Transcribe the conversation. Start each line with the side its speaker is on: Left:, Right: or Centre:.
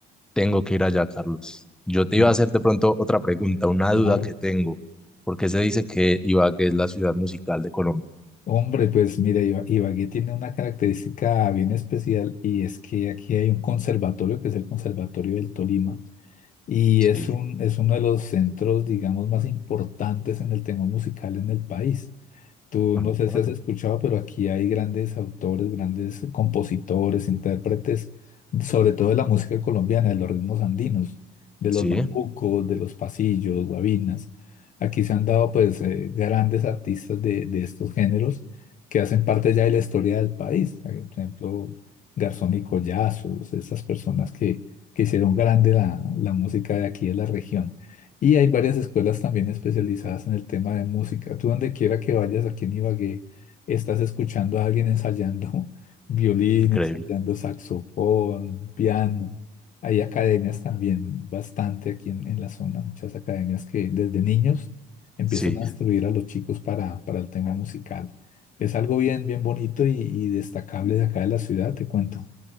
Centre: Tengo que ir allá, Carlos. Yo te
Left: Claro,
Centre: iba a hacer de pronto otra pregunta, una
Left: claro.
Centre: duda que tengo. ¿Por qué se dice que Ibagué es la ciudad musical de Colombia?
Left: Hombre, pues mira, Iba- Ibagué tiene una característica bien especial y es que aquí hay un conservatorio que es el Conservatorio del Tolima y
Centre: Sí.
Left: es un, es uno de los centros, digamos, más importantes en el tema musical en el país. Tú
Centre: Ah,
Left: no sé si has escuchado, pero aquí hay grandes autores, grandes compositores, intérpretes, sobre todo de la música colombiana, de los ritmos andinos, de
Centre: Sí,
Left: los bambucos, de los pasillos, guabinas. Aquí se han dado pues eh, grandes artistas de, de estos géneros que hacen parte ya de la historia del país. Eh, Por ejemplo, Garzón y Collazos, esas personas que, que hicieron grande la, la música de aquí de la región. Y hay varias escuelas también especializadas en el tema de música. Tú donde quiera que vayas aquí en Ibagué, estás escuchando a alguien ensayando <laughs> violín,
Centre: increíble.
Left: ensayando saxofón, piano. Hay academias también, bastante aquí en, en la zona, muchas academias que desde niños empiezan
Centre: Sí,
Left: a instruir a los chicos para, para el tema musical. Es algo bien, bien bonito y, y destacable de acá de la ciudad, te cuento.